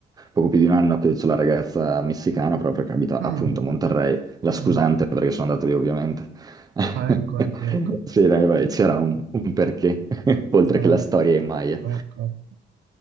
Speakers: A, on the right (about 20°); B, on the right (about 70°).
A: poco più di un anno che c'ho la ragazza messicana, proprio perché abita
B: Mm,
A: appunto a Monterrey. La scusante
B: mm.
A: perché sono andato lì ovviamente. <laughs>
B: Ah, ecco, ecco, ecco.
A: Sì, dai, vai, c'era un, un perché, <laughs> oltre
B: Ah,
A: che la storia è Maya.
B: ecco, ecco, ecco.